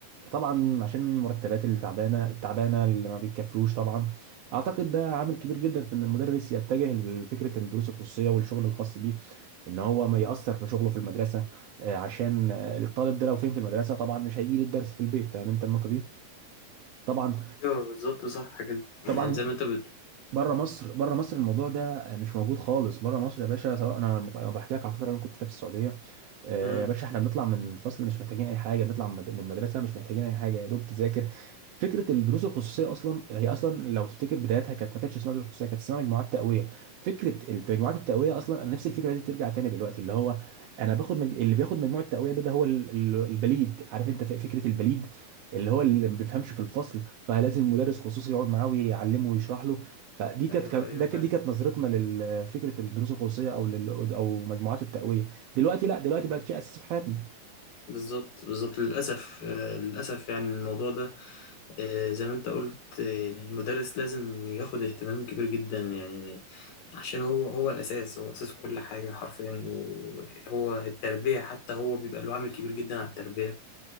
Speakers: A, on the right; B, on the left.
A: طبعا عشان المرتبات اللي تعبانه التعبانه اللي ما بيتكفيوش طبعا اعتقد ده عامل كبير جدا في ان المدرس يتجه لفكره الدروس الخصوصيه والشغل الخاص بيه ان هو ما ياثر في شغله في المدرسه آه، عشان آه، الطالب ده لو فين في المدرسه طبعا مش هيجي للدرس في البيت فاهم انت النقطه دي طبعا
B: أيوه بالظبط صح كده
A: طبعا
B: يعني زي ما أنت بت
A: بره مصر بره مصر الموضوع ده مش موجود خالص بره مصر يا باشا سواء انا لو بحكي لك على الفتره اللي انا كنت فيها في السعوديه آه،
B: مم.
A: يا باشا احنا بنطلع من الفصل مش محتاجين اي حاجه بنطلع من مد- من المدرسه مش محتاجين اي حاجه يا دوب تذاكر فكره الدروس الخصوصيه اصلا هي اصلا لو تفتكر بدايتها كانت ما كانتش اسمها دروس خصوصيه كانت اسمها مجموعات تقويه فكره مجموعات التقويه اصلا انا نفسي الفكره دي ترجع تاني دلوقتي اللي هو انا باخد مج... اللي بياخد مجموعه التقويه ده ده هو ال- ال- البليد عارف انت ف- فكره البليد اللي هو اللي ما بيفهمش في الفصل فلازم مدرس خصوصي يقعد معاه ويعلمه ويشرح له فدي كانت
B: أيوه
A: كانت-
B: أيوه
A: ده كانت-
B: فاهم
A: دي كانت نظرتنا لفكره الدروس الخصوصيه او لل او مجموعات التقويه دلوقتي لا دلوقتي
B: مم.
A: بقت شيء اساسي في حياتنا
B: بالظبط بالظبط للأسف آه، للأسف يعني الموضوع ده آه، زي ما انت قلت آه، المدرس لازم ياخد اهتمام كبير جدا يعني عشان هو هو الأساس هو أساس كل حاجة حرفيا وهو التربية حتى هو بيبقى له عامل كبير جدا على التربية